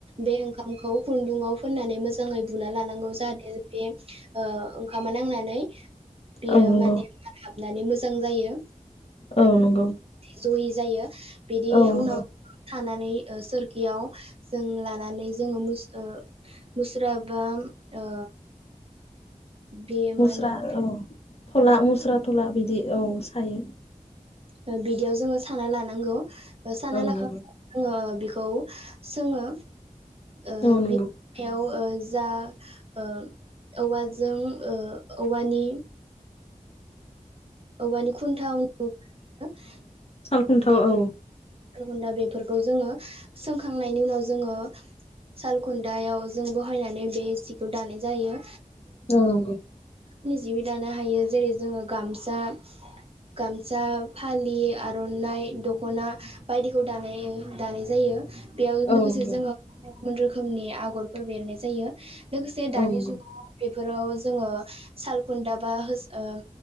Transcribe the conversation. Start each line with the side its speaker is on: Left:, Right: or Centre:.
Right: बे ओंखामखौ खुन्दुंआव फोननानै मोजां मोजाङै बुना लानांगौ जाहाथे बे ओ ओंखामा नांनानै बेयो
Left: औ नंगौ
Right: माने नानै मोजां जायो।
Left: औ नंगौ।
Right: जयि जायो। बेदि
Left: औ नंगौ
Right: उनाव थानानै ओ सोर इयाव जों लानानै जोंङो मुस ओ मुस्रा बा ओ बे
Left: मुस्रा
Right: मा होनो
Left: औ थला मुस्रा थला बिदि औ सायो।
Right: ओ बिदियाव जोंङो साना लानांगौ। ओ साना
Left: औ
Right: लाखां
Left: नंगौ
Right: <unintelligible> बेखौ सोङो। ओ
Left: औ नंगौ
Right: बे ओ जा ओ औवाजों ओ औवानि औवानि खुन्था <unintelligible>
Left: सालखुन्थाव
Right: बेफोर
Left: औ।
Right: सालखुन्दा बेफोरखौ जोंङो सोंखांनायनि उनाव जोङो सालखुन्दायाव जों बहायनानै बे सिखौ दानाय जायो।
Left: औ नंगौ
Right: नि जिबि दानो हायो जेरै जोंङो गामसा गामसा, फालि, आर'नाइ, दख'ना। बायदिखौ दानाय दानाय जायो। बेयाव
Left: औ
Right: लोगोसे
Left: नंगौ
Right: जोंङो गुबुन रोखोमनि आगरफोरबो एरनाय जायो। लोगोसे दानि
Left: औ नंगौ
Right: जुगाव बेफो फोराव जोङो सालखुन्दा बा होस ओ